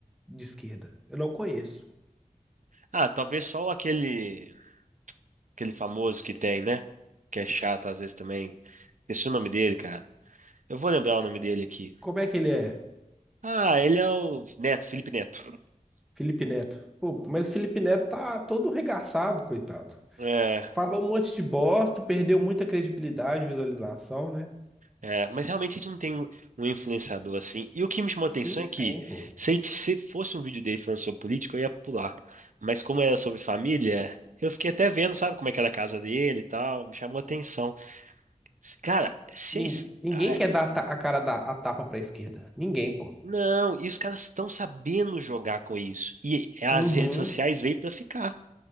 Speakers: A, in the centre; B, on the right.
A: de esquerda. Eu não conheço.
B: ah, talvez só aquele, aquele famoso que tem, né? Que é chato às vezes também. Esqueci o nome dele, cara. Eu vou lembrar o nome dele aqui.
A: Como é que ele é?
B: Ah, ele é o Neto, Felipe Neto.
A: Felipe Neto. Pô, mas o Felipe Neto tá todo regaçado, coitado.
B: É,
A: Falou um monte de bosta, perdeu muita credibilidade, visualização, né?
B: é, mas realmente a gente não tem um um influenciador assim. E o que me chamou a atenção
A: Não
B: é que
A: tem, pô.
B: se, ele- se fosse um vídeo dele falando sobre política, eu ia pular. Mas como era sobre família, eu fiquei até vendo, sabe, como é que era a casa dele e tal. Me chamou a atenção. Cara, se
A: Nin-
B: é isso.
A: Ninguém
B: ah, é-
A: quer dar ta- a cara da a tapa pra esquerda. Ninguém, pô.
B: Não, e os caras estão sabendo jogar com isso. E as
A: Uhum.
B: redes sociais veio pra ficar.